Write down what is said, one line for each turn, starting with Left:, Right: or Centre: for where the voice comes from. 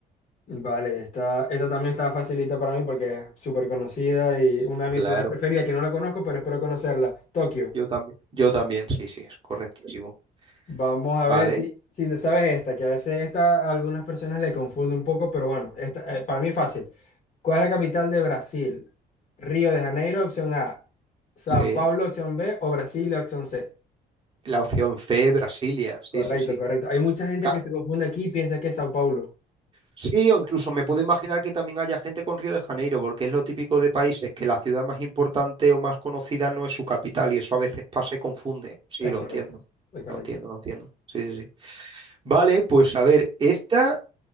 Left: Vale, esta, esta también está facilita para mí porque es súper conocida y una de mis
Right: Claro,
Left: ciudades preferidas que no la conozco, pero espero conocerla. Tokio.
Right: yo también. Yo también, sí, sí, es correctísimo.
Left: Vamos a
Right: Vale,
Left: ver si, si te sabes esta, que a veces esta a algunas personas le confunde un poco, pero bueno, esta, eh, para mí es fácil. ¿Cuál es la capital de Brasil? Río de Janeiro, opción A. San
Right: sí.
Left: Pablo, opción B. O Brasilia, opción C.
Right: La opción C, Brasilia, sí,
Left: Correcto,
Right: sí, sí.
Left: correcto. Hay mucha gente
Right: Ca-
Left: que se confunde aquí y piensa que es Sao Paulo.
Right: Sí, o incluso me puedo imaginar que también haya gente con Río de Janeiro, porque es lo típico de países que la ciudad más importante o más conocida no es su capital y eso a veces pasa y confunde. Sí,
Left: Es
Right: lo
Left: correcto,
Right: entiendo.
Left: es correcto.
Right: Lo entiendo, lo entiendo. Sí, sí, sí. Vale, pues a ver, esta